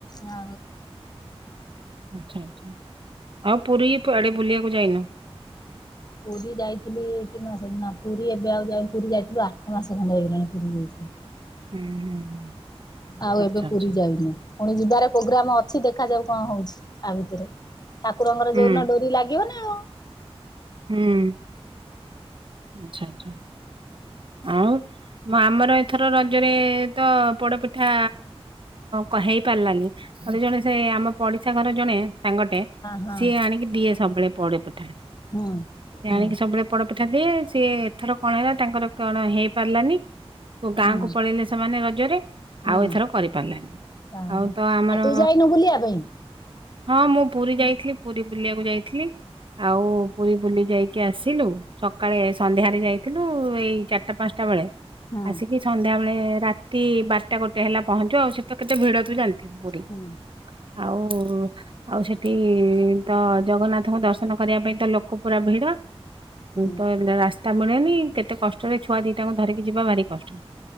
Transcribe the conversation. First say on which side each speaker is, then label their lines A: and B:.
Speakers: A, on the left (about 40°); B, on the right (about 55°).
A: ଆ
B: ଆଚ୍ଛା ଆଚ୍ଛା ଆଉ ପୁରୀ ଆଡ଼େ ବୁଲିବାକୁ ଯାଇନୁ?
A: ପୁରୀ ଯାଇଥିଲି କି ମାସ ନା ପୁରୀ ଏବେ ଆଉ ଯ ପୁରୀ ଯାଇଥିଲୁ ଆଠ ମାସ ଖଣ୍ଡେ ହେଇଗଲାଣି ପୁରୀ ଯାଇଥିଲି।
B: ହୁଁ ହୁଁ ହୁଁ।
A: ଆଉ
B: ଆଚ୍ଛା
A: ଏବେ
B: ଆଚ୍ଛା
A: ପୁରୀ ଯାଇନୁ। ପୁଣି ଯିବାରେ ପ୍ରୋଗ୍ରାମ ଅଛି ଦେଖାଯାଉ କଣ ହଉଛି ଆ ଭିତରେ ଠାକୁରଙ୍କର
B: ହୁଁ
A: ଯୋଉ ଦିନ ଡୋରି ଲାଗିବ ନା ଆଉ
B: ହୁଁ ଆଚ୍ଛା ଆଚ୍ଛା ଆଉ ଆମର ଏଥର ରଜରେ ତ ପୋଡପିଠା କହେ ହେଇପାରିଲାନି। ମେ ଜଣେ ସେ ଆମ ପଡିଶା ଘର ଜଣେ ସାଙ୍ଗଟେ
A: ହଁ
B: ସିଏ ଆଣିକି ଦିଏ ସବୁବେଳେ ପୋଡ଼ ପିଠା।
A: ହଁ।
B: ସେ
A: ହୁଁ।
B: ଆଣିକି ସବୁବେଳେ ପଡପିଠା ଦିଏ ସିଏ ଏଥର କଣ ହେଲା ତାଙ୍କର କଣ ହେଇପାରିଲାନି। କୋଉ ଗାଁ
A: ହୁଁ
B: କ ପଳେଇଲେ ସେମାନେ ରଜରେ।
A: ହୁଁ
B: ଆଉ ଏଥର କରିପାରିଲାନି
A: ହୁଁ
B: ଆଉ ତ ଆମର
A: ଆଉ ତୁ ଯାଇନୁ ବୁଲିବା ପାଇଁ?
B: ହଁ ମୁଁ ପୁରୀ ଯାଇଥିଲି ପୁରୀ ବୁଲିବାକୁ ଯାଇଥିଲି ଆଉ ପୁରୀ ବୁଲି ଯାଇକି ଆସିଲୁ ସକାଳେ ସନ୍ଧ୍ୟାରେ ଯାଇଥିଲୁ ଏଇ ଚାରିଟା ପାଞ୍ଚଟା ବେଳେ।
A: ହଁ।
B: ଆସିକି ସନ୍ଧ୍ୟାବେଳେ ରାତି ବାରଟା ଗୋଟେ ହେଲା ପହଞ୍ଚୁ ଆଉ ସେ ତ କେତେ ଭିଡ ତୁ ଜାଜିଚୁ। ପୀ
A: ହୁଁ
B: ଆଉ ଆଉ ସେଠି ତ ଜଗନ୍ନାଥ। ତାଙ୍କ ଦର୍ଶନ କରିବା ପାଇଁ ତ ଲୋକ ପୁରା ଭିଡ
A: ହୁଁ
B: ତ ରାସ୍ତା ମିଳେନି କେତେ କଷ୍ଟ ଷ୍ଟରେ ଛୁଆ ଦୁଇଟାଙ୍କୁ ଧରିକି ଯିବା ଭାରି କଷ୍ଟ।